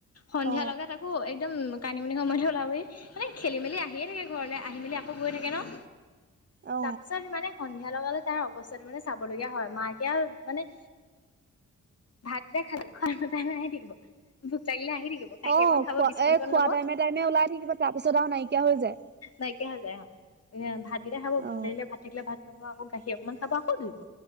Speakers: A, on the left (about 50°); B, on the right (about 35°).
A: সন্ধিয়া
B: অ
A: লগাত- আকৌ একদম কানি-মুনি সময়তে ওলাবি, মানে খেলি-মেলি আহিয়ে থাকে ঘৰলৈ আহি মেলি আকৌ গৈ থাকে ন।
B: অ
A: তাৰপিছত মানে সন্ধিয়া লগালে তাৰ অৱস্থাটো মানে চাবলগীয়া হয়, মাকে মানে- ভাতকেইটা খাল খোৱাই আহি থাকিব ভোক লাগিলে আহি থাকিব। গাখীৰ
B: অ',
A: অকন খাব
B: খোৱা,
A: বিস্কুট
B: এই
A: অকন
B: খোৱা
A: ল'ব
B: টাইমে-টাইমে ওলাই থাকিব তাৰ পিছত আৰু নাইকিয়া হৈ যায়।
A: নাইকিয়া হৈ যায় অঁ', এ ভাতকেইটা খাব
B: অ
A: ভোক লাগিলে ভাত থাকিলে ভাত- খাব আকৌ গাখীৰ অকণমান খাব আকৌ দৌৰিব,